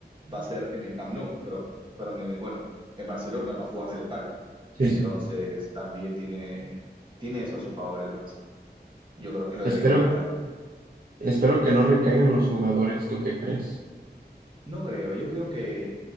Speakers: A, on the right (about 25°); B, on the right (about 60°).
A: va a ser en el Camp Nou, pero, pero en el- bueno, en Barcelona va a jugar de local.
B: Sí,
A: Entonces
B: sí.
A: también tiene, tiene eso a su favor el Barça. Yo creo que lo
B: Espero,
A: debería ganar.
B: espero que no recaigan los jugadores, ¿tú qué crees?
A: No creo, yo creo que,